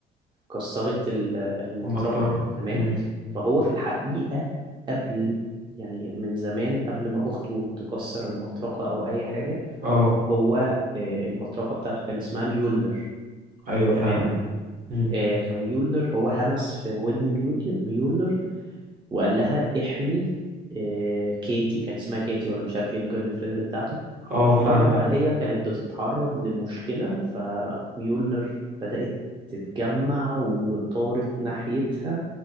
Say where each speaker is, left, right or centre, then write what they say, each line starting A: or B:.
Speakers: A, on the right; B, on the right.
A: كسرت ال- المطرقة
B: المطرقه
A: تمام
B: امم
A: فهو في الحقيقة قبل يعني من زمان قبل ما أخته تكسر المطرقة أو أي حاجة
B: اه
A: هو آه، المطرقة بتاعته كان اسمها ميولنر
B: ايوه فاهمك
A: تمام
B: امم
A: آه، فميولنر هو همس في ودن ميول- ميولنر وقال لها احمي آه، كيتي كان اسمها كيتي ولا مش عارف ايه الجيرل فريند بتاعته
B: اه
A: ففي
B: فاهمك
A: مرة بقى هي كانت بتتعرض لمشكلة فميولنر بدأت تتجمع وطارت ناحيتها